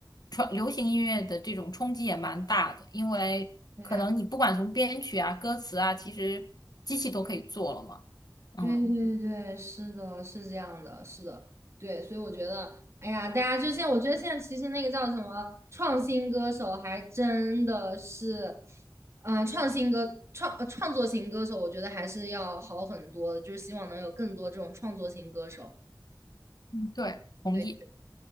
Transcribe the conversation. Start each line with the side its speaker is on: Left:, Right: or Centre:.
Left: 传流行音乐的这种冲击也蛮大的，因为可能你不管从编曲啊、
Right: 对呀，
Left: 歌词啊，其实机器都可以做了嘛。嗯。
Right: 对对对，是的，是这样的，是的，对，所以我觉得，哎呀，大家就现在，我觉得现在其实那个叫什么创新歌手，还真的是，嗯、创新歌创呃创作型歌手，我觉得还是要好很多的，就是希望能有更多这种创作型歌手。
Left: 对，同意。
Right: 对。